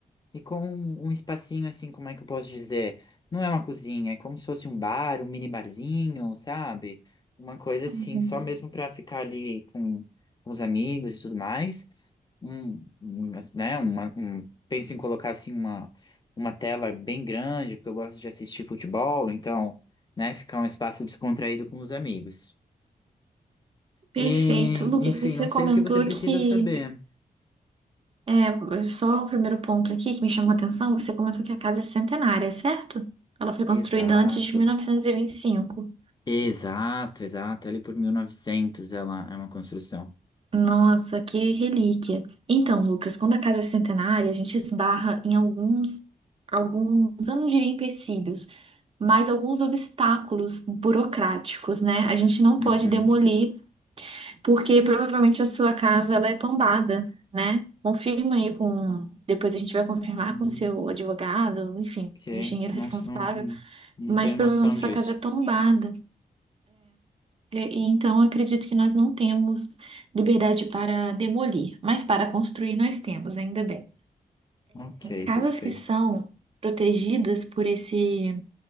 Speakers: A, on the left (about 25°); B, on the right (about 35°).
A: E com um um espacinho assim, como é que eu posso dizer? Não é uma cozinha, é como se fosse um bar, um mini barzinho, sabe? Uma coisa assim,
B: uhum.
A: só mesmo pra ficar ali com, com os amigos e tudo mais. Um, um, né, uma, um, penso em colocar assim uma, uma tela bem grande, porque eu gosto de assistir futebol, então, né, ficar um espaço descontraído com os amigos.
B: Perfeito.
A: E,
B: Lucas,
A: enfim,
B: você
A: não sei
B: comentou
A: o que você precisa
B: que,
A: saber.
B: é, só o primeiro ponto aqui que me chamou a atenção, você comentou que a casa é centenária, certo? Ela foi construída
A: Exato.
B: antes de mil novecentos e e vinte e cinco.
A: Exato, exato. Ali por 1900. ela é uma construção.
B: Nossa, que relíquia. Então, Lucas, quando a casa é centenária, a gente esbarra em alguns, alguns, eu não diria empecilhos, mas alguns obstáculos burocráticos, né? A gente não pode
A: Uhum.
B: demolir Porque provavelmente a sua casa ela é tombada, né? Confirma aí com. Depois a gente vai confirmar
A: Hum,
B: com o seu advogado, enfim,
A: ok.
B: o engenheiro
A: Não,
B: responsável,
A: não, não hum, não
B: mas
A: tenho
B: provavelmente
A: noção
B: sua
A: disso.
B: casa é tombada. E, e então eu acredito que nós não temos liberdade para demolir, mas para construir nós temos, ainda bem.
A: Ok,
B: Casas
A: perfeito.
B: que são protegidas por esse